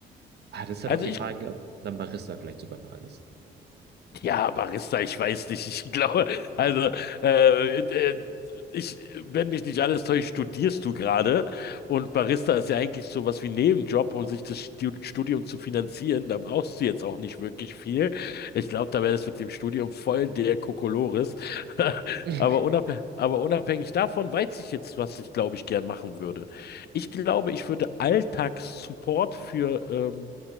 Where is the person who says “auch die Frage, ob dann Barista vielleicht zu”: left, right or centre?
Right